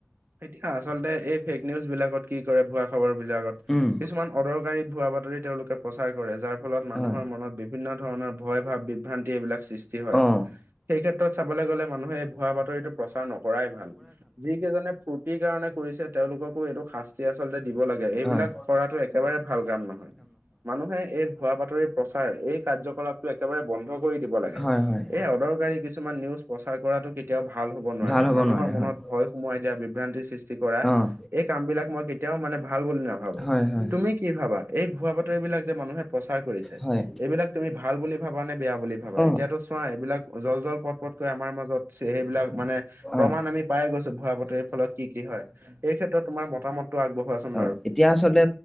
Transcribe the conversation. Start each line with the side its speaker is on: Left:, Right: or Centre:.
Right: এতিয়া আচলতে এই ফেক নিউজ বিলাকত কি কৰে ভুৱা খবৰ বিলাকত
Centre: উম,
Right: কিছুমান অদৰকাৰী ভুৱা বাতৰি তেওঁলোকে প্ৰচাৰ কৰে যাৰ ফলত মানুহৰ
Centre: হয়,
Right: মনত বিভিন্ন ধৰণৰ ভয় ভাৱ বিভ্ৰান্তি এইবিলাক সৃষ্টি হয়।
Centre: অঁ!
Right: সেই ক্ষেত্ৰত চাবলৈ গলে মানুহে এই ভুৱা বাতৰিতটো প্ৰচাৰ নকৰাই ভাল যিকেইজনে ফু কি কাৰণে কৰিছে তেওঁলোককো এইটো শাস্তি আচলতে দিব লাগে এইবিলাক
Centre: হয়,
Right: কৰাটো একেবাৰে ভাল কাম নহয়। মানুহে এই ভুৱা বাতৰি প্ৰচাৰ এই কাৰ্যকলাপটো একেবাৰে বন্ধ কৰি দিব লাগে।
Centre: হয়, হয়,
Right: এই অদৰকাৰী কিছুমান নিউজ প্ৰচাৰ কৰাতটো কেতিয়াও ভাল হব নোৱাৰে
Centre: ভাল হ'ব
Right: মানুহৰ
Centre: নোৱাৰে
Right: মনত
Centre: হয়,
Right: ভয় সোমোৱাই দিয়া বিভ্ৰান্তি সৃষ্টি কৰা
Centre: অ',
Right: এই কাম বিলাক মই কেতিয়াও মানে ভাল বুলি নাভাবো,
Centre: হয়, হয়,
Right: তুমি কি ভাবা, এই ভুৱা বাতৰি বিলাক যে মানুহে প্ৰচাৰ কৰিছে।
Centre: হয়,
Right: এইবিলাক তুমি ভাল বুলি ভাবা নে বেয়া বুলি ভাবা
Centre: অ',
Right: এতিয়াতো চোৱা এইবিলাক জল জল পট পটকৈ আমাৰ মাজত চে সেইবিলাক মানে
Centre: হয়,
Right: প্ৰমাণ আমি পাই গৈছো ভুৱা বাতৰি ফলত কি কি হয়, সেই ক্ষেত্ৰত তোমাৰ মতামতটো আগবঢ়োৱা চুন
Centre: অ',
Right: বাৰু।
Centre: এতিয়া আচলতে